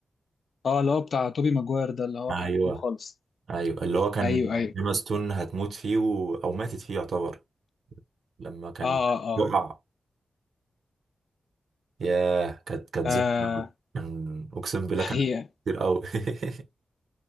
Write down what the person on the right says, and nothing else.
ايوه
ايوه اللي هو كان
ايما ستون هتموت فيه و... او ماتت فيه يعتبر لما كان
وقع ياه كانت كانت
ذكرى
كان اقسم بالله
كان كتير قوي <laughs>